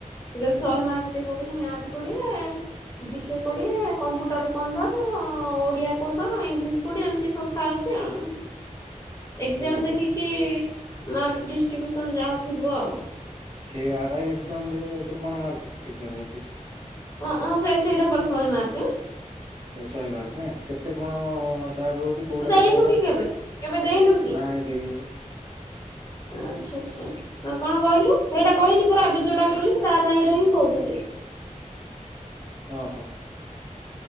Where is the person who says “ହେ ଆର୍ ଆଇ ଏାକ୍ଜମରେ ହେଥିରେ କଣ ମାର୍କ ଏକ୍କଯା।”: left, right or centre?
Right